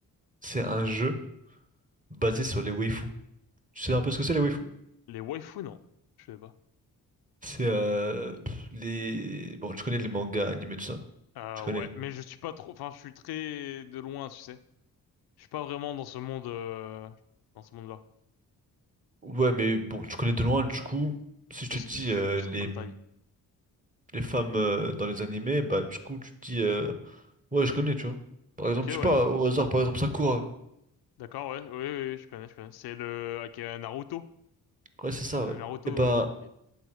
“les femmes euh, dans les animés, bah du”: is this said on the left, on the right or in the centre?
Right